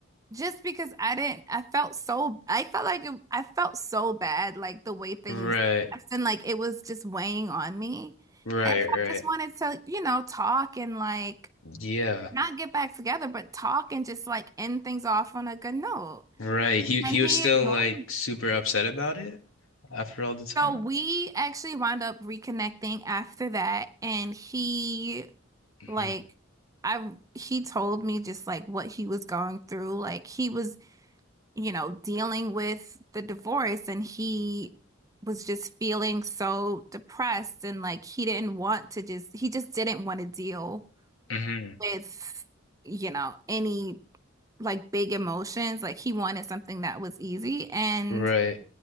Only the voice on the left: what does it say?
Right.
Right.
Right.
Yeah.
Right. He he
was still
like super upset about it after all the time.
hmm
hmm
Right.